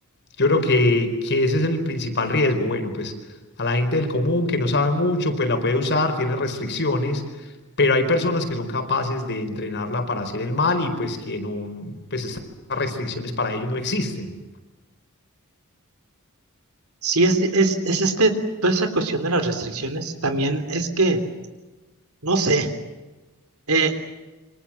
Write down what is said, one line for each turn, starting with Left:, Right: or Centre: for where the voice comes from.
Left: yo creo que, que ese es el principal riesgo. Bueno, pues a la gente del común que no sabe mucho, pues la puede usar, tiene restricciones. Pero hay personas que son capaces de entrenarla para hacer el mal y pues que no, pues estas restricciones para ellos no existen.
Right: Sí, es, es, es este, toda esa cuestión de las restricciones, también es que, no sé, eh,